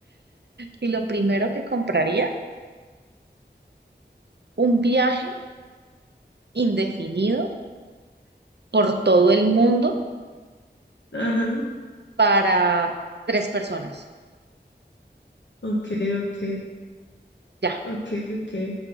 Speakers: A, on the right; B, on the left.
A: Y lo primero que compraría, un viaje indefinido por todo el mundo
B: Ajá.
A: para tres personas.
B: Ok, ok,
A: Ya.
B: ok, ok.